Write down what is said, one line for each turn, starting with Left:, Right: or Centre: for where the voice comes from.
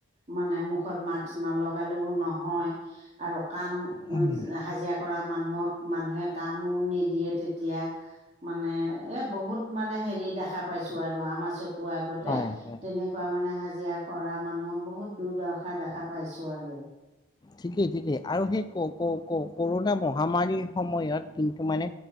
Right: মানে, মুখত মাস্ক নলগালেও নহয় আৰু কাম,
Left: উম,
Right: হাজিৰা কৰা মানুহক, মানুহে কামো নিদিয়ে তেতিয়া। মানে, এ বহুত মানে, হেৰি দেখা পাইছোঁ আৰু আমাৰ চকুৰ আগতে
Left: হয় হয়।
Right: তেনেক মানে, হাজিৰা কৰা মানুহ বহুত দূৰদৰ্শা দেখা পাইছোঁ আৰু।
Left: ঠিকেই, ঠিকেই আৰু সেই, ক' ক' ক' কৰোনা মহামাৰীৰ সময়ত। কিন্তু, মানে